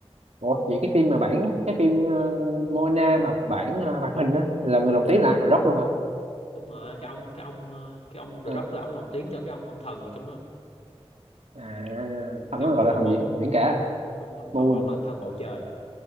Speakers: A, on the right; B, on the left.
A: ủa vậy cái phim mà bản cái phim ờ, Mona mà bản ờ, hoạt hình á là người lồng tiếng là ai? The Rock luôn à
B: đúng rồi cái ông cái ông ờ, cái ông The
A: Ờ,
B: Rock là ông đồng tiếng cho cái ông ông thần trong đó
A: à thằng
B: cái
A: đó
B: ông
A: gọi
B: tên
A: là
B: là
A: thằng
B: Maun
A: gì thằng biển cả à?
B: đúng rồi
A: Moon
B: không ông là thần bầu trời